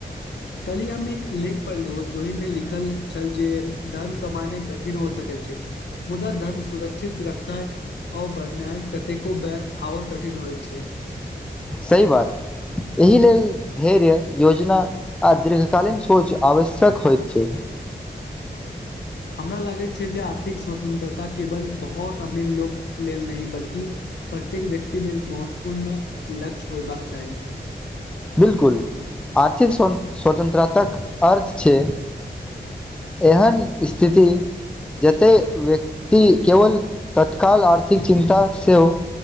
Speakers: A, on the left; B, in the centre.
A: कलिह हम एक लेख पढ़लुह जोहि मे लिखल छल जे धन कमाने कठिन हो सकैत छै मुदा धन सुरक्षित रखनाए आ ओ बढ़नाइ कतेको बेर आओर कठिन होइत छै
B: सही बात एहि लेल धैर्य योजना आ दीर्घकालीन सोच आवश्यक होइत छै
A: हमरा लागैत छै जे आर्थिक स्वतंत्रता केवल बहुत अमीर लोक लेल नहि बल्कि प्रत्येक व्यक्ति लेल महत्वपूर्ण लक्ष्य होयबाक चाही
B: बिल्कुल आर्थिक स्वतन्त्रतक अर्थ छै एहन स्थिति जतैव्यक्ति केवल तत्काल आर्थिक चिन्ता सेहो